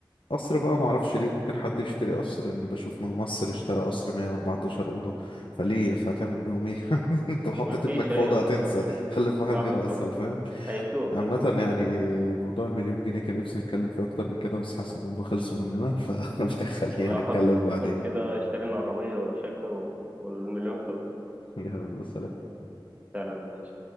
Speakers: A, on the left; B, on the right.
A: قصر بقى معرفش ليه
B: حصل
A: ممكن حد يشتري قصر اني بشوف ممثل اشترى قصر 114 اوضه فليه بس هتعمل بيهم ايه <laughs> انت لو حطيت
B: ما فيش
A: ابنك في
B: أيوة
A: اوضه هتنسى
B: بس
A: خلف واحد
B: لا
A: غيره
B: حصل
A: اسهل
B: والله
A: فاهم
B: هيتوه
A: عامه
B: هيتوه
A: يعني موضوع المليون جنيه كان نفسي نتكلم فيه اكتر من كده بس حاسس ان هم خلصوا مننا فخلينا
B: لا
A: <laughs>
B: حصل
A: نتكلم بعدين
B: <laughs>
A: بقى
B: كده اشترينا عربية وشقة و... والمليون خلص
A: <laughs> يلا سلام
B: سلام يا باشا